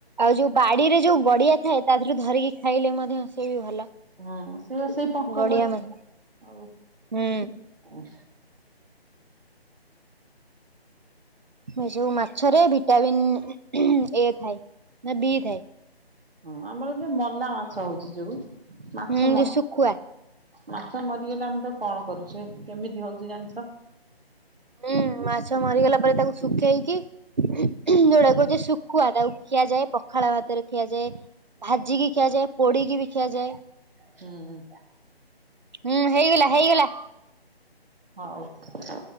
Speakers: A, on the right; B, on the right.
A: ଆଉ ଯୋଉ ବାଡିରେ ଯୋଉ ବଡିଆ ଥାଏ ତା ରୁ ଧରିକି ଖାଇଲେ ମଧ୍ୟ ସେ ବି ଭଲ।
B: ହଁ ସେ ସେଇ ପଙ୍କ
A: ଗଡିଆ
B: ଆଉ
A: ମାଛ
B: ଉଁ
A: ହୁଁ ଏ ସବୁ ମାଛରେ ଭିଟାମିନ୍ ଏ ଥାଏ ନା ବି ଥାଏ।
B: ହଁ ଆମର ଯୋଉ ମଲା ମାଛ ହଉଛି ଯୋଉ ମାଛ
A: ହୁଁ
B: ମ
A: ଯୋଉ
B: <inaudible>
A: ଶୁଖୁଆ
B: ମାଛ ମରିଗଲେ ଆମେ ତାକୁ କଣ କରୁଛେ କେମିତି ହଉଛି ଜାଣିଛ?
A: ହୁଁ ମାଛ ମରିଗଲା ପରେ ତାକୁ ଶୁଖେଇକି ଯୋଉଡା କହୁଛି ଶୁଖୁଆ ତାକୁ ଖିଆଯାଏ ପଖାଳ ଭାତରେ ଖିଆଯାଏ। ଭାଜିିକି ଖିଆଯାଏ ପୋଡିକି ବି ଖିଆଯାଏ।
B: ହୁଁ
A: ହୁଁ ହେଇଗଲା ହେଇଗଲା।
B: ହୋଉ।